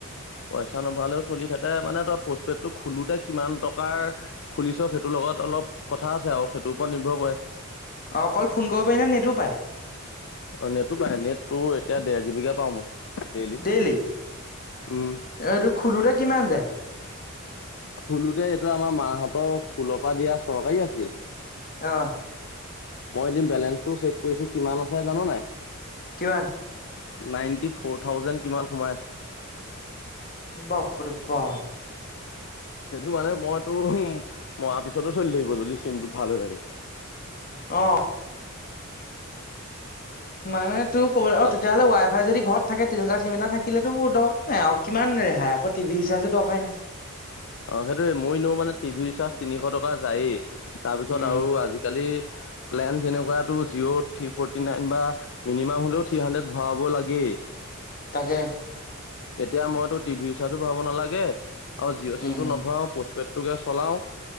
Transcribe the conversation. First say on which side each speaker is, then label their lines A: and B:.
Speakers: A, on the left (about 60°); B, on the left (about 40°).
A: পইচা নভৰালেও চলি থাকে মানে তই পোষ্টপেডটো খোলোতে কিমান টকাৰ খুলিছ সেইটো লগ ত অলপ কথা আছে আৰু সেইটোৰ ওপৰত নিৰ্ভৰ কৰে।
B: অ অকল ফোন কৰিব পাৰি নে নেটো পায়?
A: অ নেটো পায় নেট টো এতিয়া দেৰ জি বি কে পাও মই। ডেইলি
B: দেইলি, অ
A: উম
B: এইটো খোলোতে কিমান যায়?
A: খোলোতে এইটো আমাৰ মাহঁতক স্কুলৰ পৰা দিয়া চৰকাৰী আছিলে।
B: অহ।
A: মই এদিন বেলেঞ্চটো চেক কৰিছো কিমান আছে জান নে নাই?
B: কিমান?
A: নাইনটি ফৰ থাউজেণ্ড কিমান সোমাই আছে।
B: বাপৰে বা।
A: সেইটো মানে মইতোৰ মৰাৰ পিছতো চলি থাকিব যদি চিমটো ভাল হৈ থাকে।
B: অ। মানে তোৰ ক'ব অ
A: তাপ
B: তেতিয়া হ'লে ৱাই ফাই যদি ঘৰত থাকে তেনকুৱা চিম এটা থাকিলেতো মোৰ দৰকাৰ নাই আৰু কিমান ৰেহাই আক টিভি ৰিচাৰ্জো দৰকাই নাই।
A: অ সেইটোয়ে মই ইন মানে টিভিৰ চাৰ্জ তিনিশ টকা যায়েই তাৰপিছত
B: উম
A: আৰু আজিকালি প্লেন যেনেকুৱা টো জিঅ' থ্ৰী ফৰ্টি নাইন বা মিনিমাম হলেও থ্ৰী হাণ্ড্ৰেড ভৰাব লাগেই।
B: তাকে।
A: এতিয়া মইতো টিভি ৰিচাৰ্জো ভৰাব নালাগে আৰু জিঅ' চিমটো
B: উম
A: নভৰাও পষ্টপেড টোকে চলাও